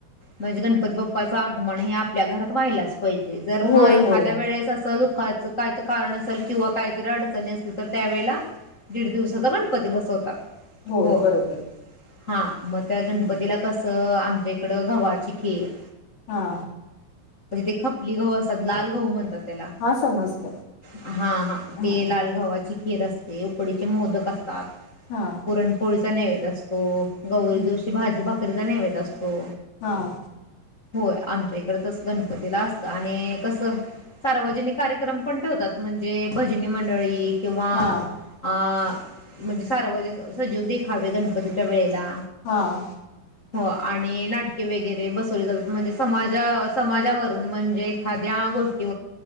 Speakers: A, on the left; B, on the left.
A: म्हणजे गणपती बाप्पाचं आगमन हे आपल्या घरात व्हायलाच पाहिजे जर मग
B: होय
A: एखाद्या
B: होय
A: वेळेस असं दुःखाचं कायच कारण असेल किंवा काय जर अडचणी अस तर त्यावेळेला दीड दिवसाचा गणपती बसवतात
B: होय
A: हो.
B: बरोबर
A: हा मग त्या गणपतीला
B: हं.
A: कसं आमच्याइकडं कसं गव्हाची खीर
B: हां
A: तिथे खपली गहू असतात लाल गहू म्हणतात त्याला
B: हा समजलं
A: हां हां
B: हा
A: लाल गव्हाची खीर असते उकडीचे मोदक असतात.
B: हां
A: पुरणपोळीचा नैवद्य असतो गौरी
B: हं.
A: दिवशी भाजी भाकरीचा नैवेद्य असतो.
B: हां
A: होय आमच्या इकड तच गणपतीला असतं आणि कसं सार्वजनिक कार्यक्रम पण ठेवतात म्हणजे भजनी मंडळी किंवा
B: हा
A: अ म्हणजे सार्वजनिक सजीव देखावे गणपतीच्या वेळेला.
B: हां
A: ह <inaudible> हो आणि नाटके वगैरे बसवली जातात म्हणजे समाजा समाजावरून म्हणजे एखाद्या गोष्टी